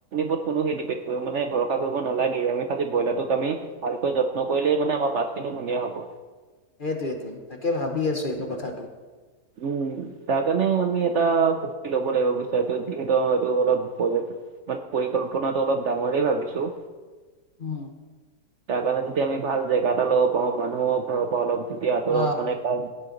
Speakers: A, on the right (about 60°); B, on the left (about 40°).
A: ওপৰত কোনো সিদিপেড কৰিব মানে ভৰা কৰিব নালাগে আমি। খালি ব্ৰইলাৰটোক আমি ভালকৈ যত্ন কৰিলেই মানে আমাৰ মাছখিনিও ধুনীয়া হ'ব।
B: সেইটোৱেটো তাকে ভাবি আছো এইটো কথাটো।
A: উম তাৰ কাৰণে আমি এটা পুখী ল'ব লাগিব বুইছা এইটো যিহেতু এইটো অলপ পবেক মানে পৰিকল্পনাটো অলপ ডাঙৰে ভাবিছো।
B: উম।
A: তাৰ কাৰণে যেতিয়া আমি ভালে জেগা এটা ল'ব পাৰোঁ মানুহৰ ঘৰৰ পৰা অলপ তেতিয়া আঁতৰত
B: অ
A: মানে কাম